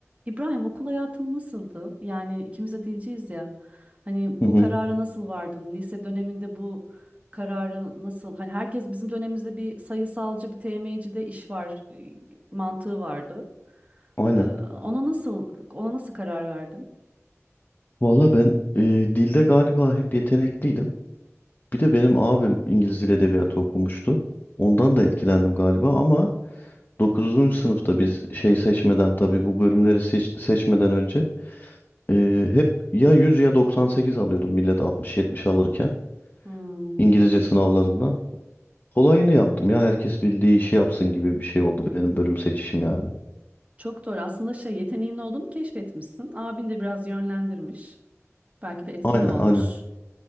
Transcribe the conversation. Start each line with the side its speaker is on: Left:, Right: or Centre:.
Right: İbrahim okul hayatın nasıldı? Yani ikimiz de dilciyiz ya. Hani
Left: Hı
Right: bu
Left: hı,
Right: karara nasıl vardın? Lise döneminde bu kararı nasıl? Hani herkes bizim dönemimizde bir sayısalcı, bir TM'ci de iş var e, mantığı vardı.
Left: aynen.
Right: Ee, ona nasıl ona nasıl karar verdin?
Left: Valla ben e, dilde galiba hep yetenekliydim. Bir de benim abim İngiliz Dil Edebiyatı okumuştu. Ondan da etkilendim galiba ama 9. sınıfta biz şey seçmeden tabii bu bölümleri seç- seçmeden önce e, hep ya 100 ya 98 alıyordum millet 60-70 alırken
Right: Hmm,
Left: İngilizce sınavlarından. Kolayını yaptım ya herkes bildiği işi yapsın gibi bir şey oldu benim bölüm seçişim yani.
Right: çok doğru. Aslında şey yeteneğin olduğunu keşfetmişsin. Abin de biraz yönlendirmiş. Belki de etkili
Left: Aynen
Right: olmuş.
Left: aynen